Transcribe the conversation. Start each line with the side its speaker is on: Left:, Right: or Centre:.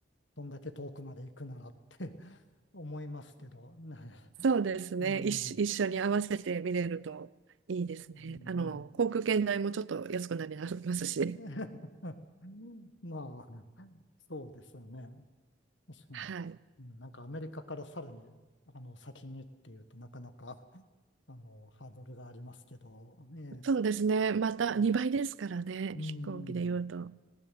Left: どんだけ遠くまで行くならって <laughs> 思いますけど、ねえ、
Right: そうですね。
Left: うん、
Right: 一緒、一緒に合わせて見れるといいですね。
Left: ね
Right: あの、航空券代もちょっと安くなりますし。
Left: え、<laughs> まあ、そうですよね。確かに。
Right: はい。
Left: うんなんかアメリカからさらに、あの、先にっていうとなかなか、<laughs> あの、ハードルがありますけど、ええ、
Right: そうですね。また2倍ですからね。
Left: うん、うん
Right: 飛行機で言うと。